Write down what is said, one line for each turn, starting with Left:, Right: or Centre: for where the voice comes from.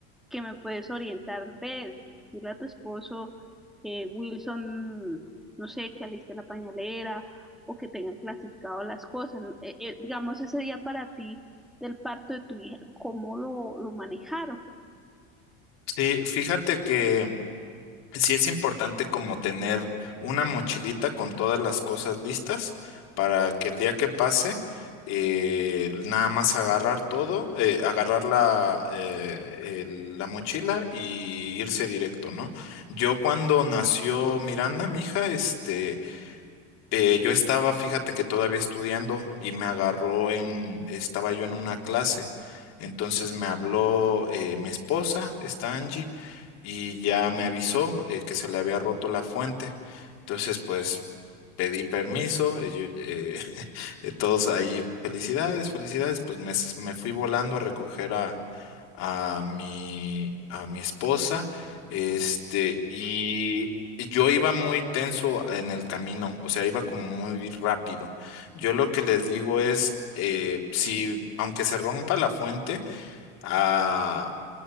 Centre: que me puedes orientar. Ve, dile a tu esposo que Wilson, no sé, que aliste la pañalera o que tengan clasificado las cosas. Eh, eh, digamos, ese día para ti del parto de tu hija, ¿cómo lo, lo manejaron?
Left: Sí, fíjate que sí es importante como tener una mochilita con todas las cosas listas para que el día que pase, eh, nada más agarrar todo, eh, agarrar la, eh, el- la mochila y irse directo, ¿no? Yo cuando nació Miranda, mi hija, este, eh, yo estaba, fíjate que todavía estudiando y me agarró en, estaba yo en una clase, entonces me habló eh, mi esposa, esta Angie, y ya me avisó eh, que se le había roto la fuente. Entonces, pues pedí permiso, y yo, eh, <laughs> eh, todos ahí, felicidades, felicidades, pues me, s- me fui volando a recoger a, a mi, a mi esposa, este, y yo iba muy tenso en el camino, o sea, iba como muy rápido. Yo lo que les digo es, eh, si, aunque se rompa la fuente, ah,